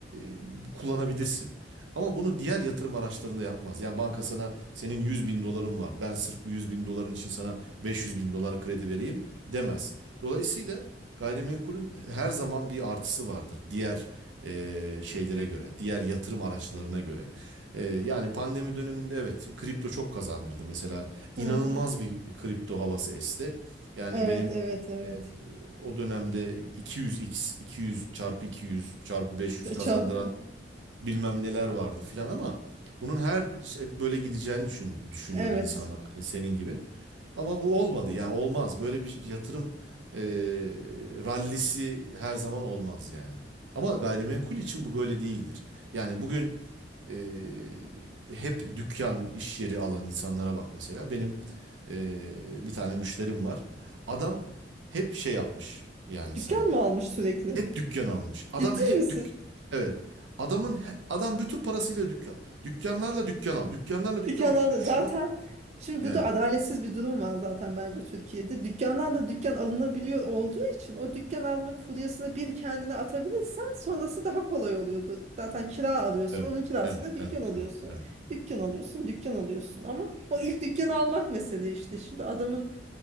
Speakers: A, on the right; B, on the right.
A: e, kullanabilirsin. Ama bunu diğer yatırım araçlarında yapmaz. Yani banka sana senin 100 bin doların var. Ben sırf bu 100 bin doların için sana 500 bin dolar kredi vereyim demez. Dolayısıyla Gayrimenkulün her zaman bir artısı vardır diğer e, şeylere göre, diğer yatırım araçlarına göre. E, yani pandemi döneminde evet kripto çok kazandırdı. Mesela inanılmaz
B: hı hı.
A: bir kripto havası esti. Yani
B: Evet,
A: benim
B: evet, evet.
A: e, o dönemde 200x, 200 çarpı 200 çarpı 500 kazandıran
B: Çarp.
A: bilmem neler vardı filan ama bunun her şey böyle gideceğini düşün, düşünüyordu
B: Evet.
A: insanlar hani senin gibi. Ama bu olmadı yani olmaz böyle bir yatırım e, rallisi her zaman olmaz yani. Ama gayrimenkul için bu böyle değildir. Yani bugün e, hep dükkan iş yeri alan insanlara bak mesela benim e, bir tane müşterim var. Adam hep şey yapmış yani
B: Dükkan
A: Serap.
B: mı almış sürekli?
A: Hep dükkan almış. Adam
B: Ciddi
A: hep
B: misin?
A: dük. Evet. Adamın he- adam bütün parasıyla dükkan. Dükkanlarla dükkan al. Dükkanlarla dükkan
B: Dükkanlarda
A: al. Şu
B: zaten
A: an-
B: şimdi
A: yani
B: bu da adaletsiz bir durum var zaten bence Türkiye'de. Dükkanlarla dükkan alınabiliyor olduğu için o dükkan alma furyasını bir kendine atabilirsen sonrası daha kolay oluyordu. Zaten kira alıyorsun,
A: evet.
B: onun kirasıyla
A: Evet.
B: dükkan
A: Evet.
B: alıyorsun.
A: Evet. evet.
B: Dükkan alıyorsun, dükkan alıyorsun ama o ilk dükkanı almak mesele işte. Şimdi adamın